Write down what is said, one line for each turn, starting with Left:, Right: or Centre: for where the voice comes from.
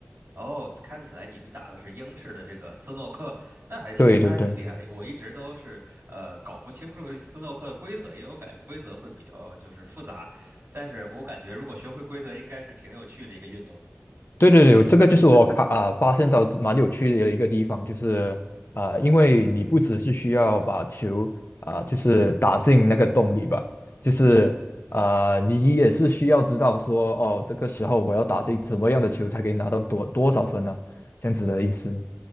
Right: 哦，看起来你们打的是英式的这个斯诺克，那还挺那还挺厉害的。
Left: 对对对
Right: 我一直都是呃搞不清楚斯诺克的规则，因为我感觉规则会比较就是复杂，但是我感觉如果学会规则，应该是挺有趣的一个运动。
Left: 对对对，这个就是我看啊、发现到蛮有趣的一个地方，就是啊、因为你不只是需要把球啊、就是打进那个洞里吧，就是啊、你也是需要知道说哦这个时候我要打进什么样的球才可以拿到多多少分呢、这样子的意思。